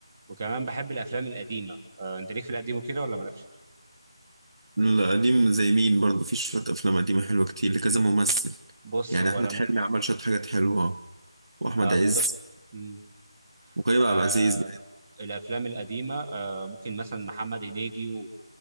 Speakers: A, on the right; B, on the right.
A: وكمان بحب الافلام القديمه آه، انت ليك في القديم وكده ولا مالكش
B: القديم زي مين برضه في شوية أفلام قديمة حلوة كتير لكذا ممثل
A: بص
B: يعني
A: هو
B: أحمد
A: لم
B: حلمي عمل شوية حاجات حلوة وأحمد
A: اه
B: عز
A: بالظبط مم.
B: وكريم
A: آه
B: عبد العزيز
A: الافلام القديمه آه ممكن مثلا محمد هنيدي و-